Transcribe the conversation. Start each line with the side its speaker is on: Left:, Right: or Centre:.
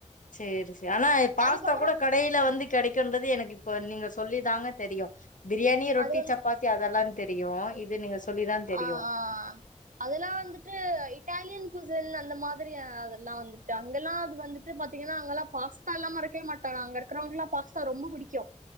Left: செரி செரி ஆனா பாஸ்தா
Right: அதுக்கப்புறோ
Left: கூட கடையில வந்து கெடைக்குன்றது எனக்கு இப்ப நீங்க சொல்லி தாங்க தெரியு பிரியாணி ரொட்டி
Right: அது
Left: சப்பாத்தி அதெல்லா தெரியு இது நீங்க சொல்லிதா தெரியு
Right: ஆஹ் ஆஹ் அதெல்லா வந்துட்டு இட்டாலியன் குசன் அந்த மாரி அதெல்லா வந்துட்டு அங்கெல்லா அது வந்துட்டு பாத்தீங்கன்னா அங்கெல்லா பாஸ்தா எல்லா இருக்கவே மாட்டாங்க அங்க இருகறவங்க எல்லா பாஸ்தா ரொம்ப பிடிக்கு